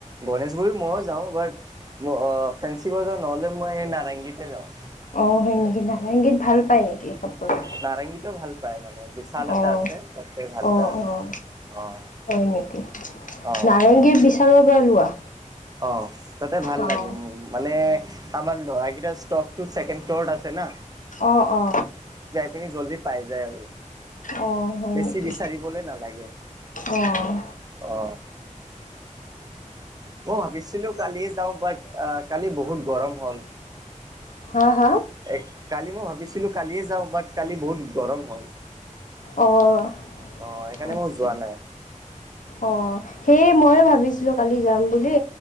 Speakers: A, on the right; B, on the left.
A: গণেশগুৰিত ময়ো যাওঁ বাট ম ফেঞ্চি বজাৰ নহ'লে মই নাৰেংগীতে যাওঁ।
B: অ হয় নেকি? নাৰেংগীত ভাল পায় নেকি কাপোৰ?
A: নাৰেংগীটো ভাল পায় মানে বিশাল এটা
B: অ'।
A: আছে তাতে ভাল
B: অ',
A: পায়।
B: অ',
A: অ',
B: হয় নেকি নাৰেংগীৰ
A: অ',
B: বিশালৰ পৰা লোৱা।
A: অ তাতে ভাল
B: অ'।
A: লাগে মানে আমাৰ কভাৰ কিটা ষ্টকছেকেড ফ্ল'ৰ আছে না।
B: অ অ
A: সেই খিনি জল্দি পাই যায় আৰু।
B: অ', হয়
A: বেছি
B: নেকি
A: বিচাৰিবলৈ নালাগে
B: অ'।
A: অ। মই ভাবিছিলোঁ কালিয় যাওঁ বাট আহ কালি বহুত গৰম হ'ল।
B: হা, হা
A: এ কালি মই ভাবিছিলোঁ কালিয়ে যাওঁ বাট কালি বহুত গৰম হ'ল।
B: অহ
A: অ', সেইকাৰণে
B: আছা।
A: মই যোৱা নাই
B: অ সেই ময়ে ভাবিছিলোঁ কালি যাম বুলি।